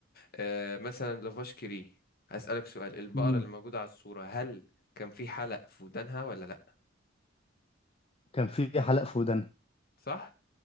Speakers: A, on the left (about 50°); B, on the left (about 30°).
A: آه مثلا لافاش كيري هسألك سؤال البقرة
B: أمم،
A: اللي موجودة على الصورة هل كان في حلق في ودانها ولا لا
B: كان في حلقه في ودانا
A: صح